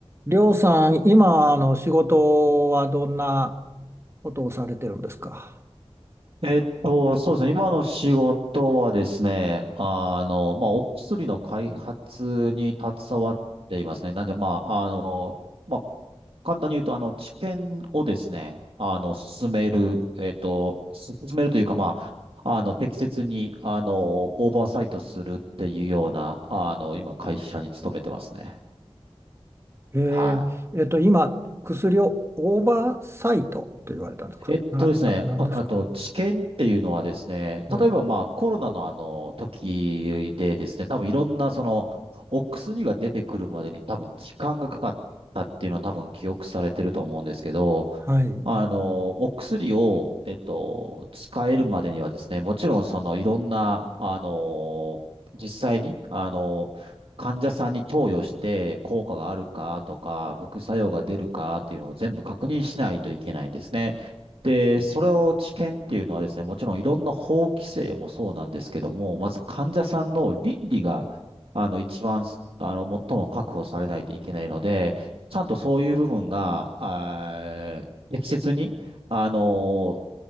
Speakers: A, on the right; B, on the right.
A: りょうさん、今、あの、仕事はどんなことをされてるんですか
B: えっと、そうですね。今の仕事はですね、あの、まあ、お薬の開発に携わっていますね。なんで、まあ、あの、まあ、簡単に言うと、あの、治験をですね、あの、進める、えっと、進めるというか、まあ、あの、適切に、あの、オーバーサイトするっていうような、あの、今、会社に勤めてますね。
A: えー、
B: はい。
A: えっと、今、薬をオーバーサイトと言われたんですかな、
B: えっとですね、
A: な、なんですか
B: ああと、治験っていうのはですね、
A: うん。
B: 例えばまあコロナのあの時でですね、多分いろんなそのお薬が出てくるまでに多分時間がかかったっていうのは多分記憶されてると思うんですけど、
A: はい。
B: あの、お薬を、えっと、使えるまでにはですね、もちろんそのいろんな、あの、実際に、あの、患者さんに投与して効果があるかとか、副作用が出るかっていうのを全部確認しないといけないんですね。で、それを治験っていうのはですね、もちろんいろんな法規制もそうなんですけども、まず患者さんの倫理が、あの、一番、あの、最も確保されないといけないので、ちゃんとそういう部分が、あ適切に、あの